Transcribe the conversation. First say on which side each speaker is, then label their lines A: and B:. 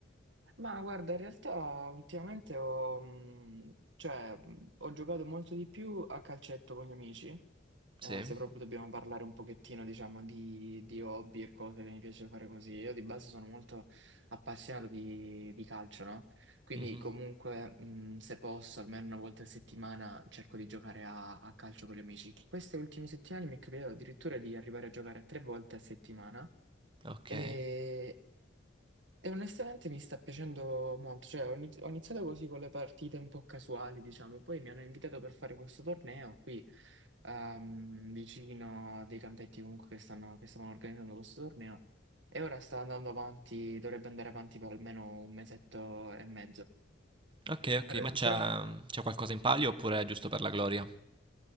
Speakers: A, on the right; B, on the right.
A: Ma guarda, in realtà ultimamente ho, mm, cioè, mm, ho giocato molto di più a calcetto con gli amici.
B: Sì?
A: Eh, se proprio dobbiamo parlare un pochettino, diciamo, di, di hobby e cose che mi piace fare così, io di base sono molto appassionato di, di calcio, no? Quindi
B: Mhm,
A: comunque, mh, se posso, almeno una volta a settimana cerco di giocare a, a calcio con gli amici. Queste ultime settimane mi è capitato addirittura di arrivare a giocare tre volte a settimana.
B: Ok.
A: E, e onestamente mi sta piacendo molto, cioè ho iniz- ho iniziato così con le partite un po' casuali, diciamo, poi mi hanno invitato per fare questo torneo qui ehm, vicino a dei campetti comunque che stanno, che stavano organizzando questo torneo e ora sta andando avanti, dovrebbe andare avanti per almeno un mesetto e mezzo.
B: Ok, ok,
A: Allora,
B: ma
A: sinceramente,
B: c'è c'è qualcosa in palio oppure è giusto per la gloria?